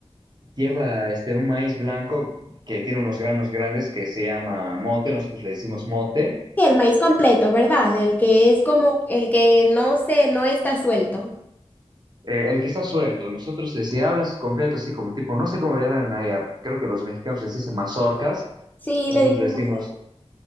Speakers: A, on the right; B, on the left.
A: Lleva este, un maíz blanco que tiene unos granos grandes que se llama mote, nosotros le decimos mote.
B: el maíz completo, ¿verdad? El que es como el que no se, no está suelto.
A: Eh, el que está suelto, nosotros eh, si hablas completo, así como tipo, no sé cómo le harán allá, creo que los mexicanos les dicen mazorcas,
B: Sí,
A: nosotros
B: le dije
A: le decimos,
B: mejor.